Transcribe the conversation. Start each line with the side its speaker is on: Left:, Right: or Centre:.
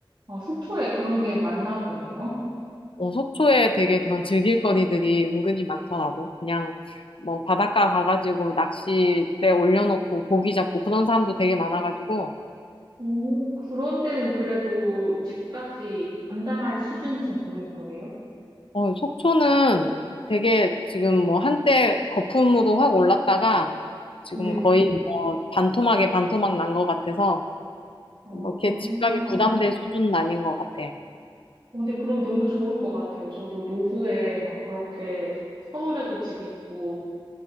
Right: 아, 속초에 그런 게 많나 보네요.
Left: 어, 속초에 되게 그런 즐길 거리들이 은근히 많더라고. 그냥 뭐 바닷가 가가지고 낚싯대 올려놓고 고기 잡고 그런 사람도 되게 많아가지고
Right: 오, 그런 데는 그래도 집값이 감당할 수준 정도인 거예요?
Left: 어, 속초는 되게 지금 뭐 한때 거품으로 확 올랐다가 지금
Right: 네네.
Left: 거의 뭐 반토막에 반토막 난 것 같아서
Right: 아,
Left: 뭐
Right: 어,
Left: 이렇게 집값이 부담될 수준은 아닌 것 같아.
Right: 근데 그럼 너무 좋을 것 같아요. 저도 노후에 막 그렇게 서울에도 집 있고,